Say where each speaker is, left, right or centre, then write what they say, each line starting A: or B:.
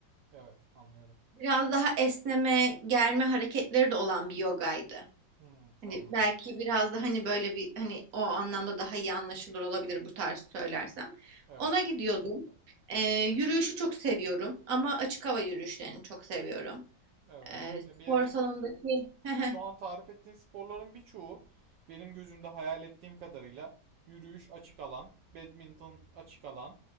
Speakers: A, on the right (about 70°); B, on the right (about 50°).
A: Evet, anlıyorum.
B: Biraz daha esneme, germe hareketleri de olan bir yogaydı.
A: Hmm,
B: Hani
A: anladım.
B: belki biraz da hani böyle bir hani o anlamda daha iyi anlaşılır olabilir bu tarz söylersem.
A: Evet,
B: Ona gidiyordum. Ee, yürüyüşü çok seviyorum ama açık hava yürüyüşlerini çok seviyorum.
A: evet.
B: Ee, spor
A: Ya bir yere
B: salonundaki <laughs>
A: şu an tarif ettiğin sporların birçoğu benim gözümde hayal ettiğim kadarıyla yürüyüş açık alan, badminton açık alan,